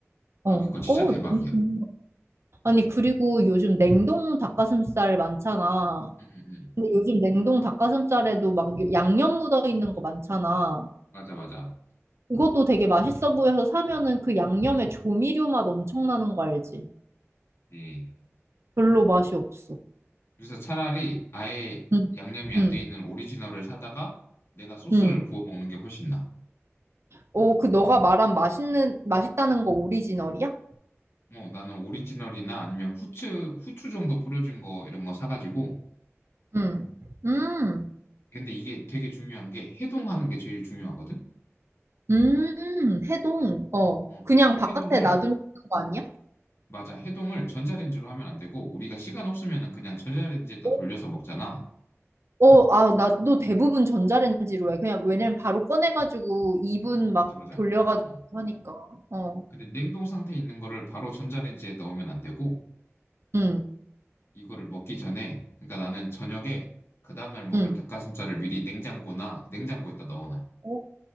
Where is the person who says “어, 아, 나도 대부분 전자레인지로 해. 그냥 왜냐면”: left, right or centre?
Right